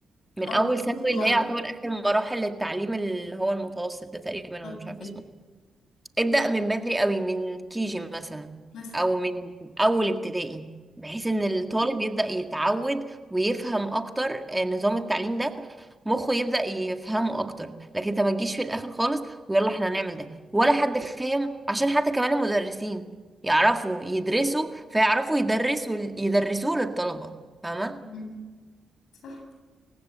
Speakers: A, in the centre; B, on the left (about 80°).
A: من
B: اه
A: اول
B: جزء
A: ثانوي
B: غلط
A: اللي هي يعتبر اخر مراحل التعليم اللي هو المتوسط ده تقريبا انا
B: بالظبط
A: مش
B: كده
A: عارفة اسمه ابدأ من بدري قوي من كيجي مثلا
B: مثلا
A: او من اول ابتدائي بحيث ان الطالب يبدأ يتعود ويفهم اكتر آه، نظام التعليم ده مخه يبدأ يفهمه اكتر لكن انت ما تجيش في الاخر خالص ويلا احنا هنعمل ده ولا حد فاهم عشان حتى كمان المدرسين يعرفوا يدرسوا فيعرفوا يدرسوا يدرسوه للطلبة فاهمة
B: مم. صح